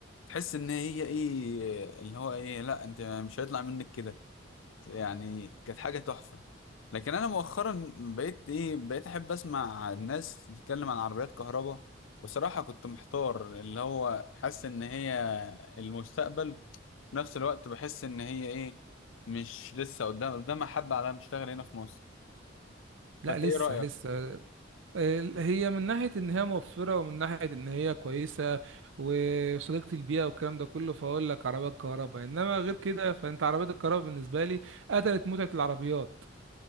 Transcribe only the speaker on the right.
لا
لسه
لسه ال- هي من ناحية إن هي موفرة ومن ناحية إن هي كويسة وصديقة البيئة والكلام ده كله فأقول لك عربيات كهرباء إنما غير كده فأنت عربيات الكهرباء بالنسبة لي قتلت متعة العربيات